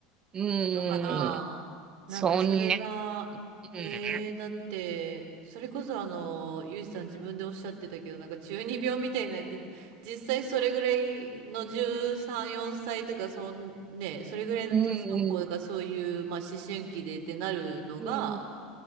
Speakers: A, on the right; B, on the right.
A: うん。
B: のかななんかそれが、
A: そんな、
B: へえ、
A: うん、
B: だって、それこそあの、ゆいさん自分でおっしゃってたけど、なんか中二病みたいになって実際それぐらいの13、4歳とか、そん、ね、それぐらいの年の子がそういう、
A: うん、
B: まあ思春期でってなるのが、
A: うん、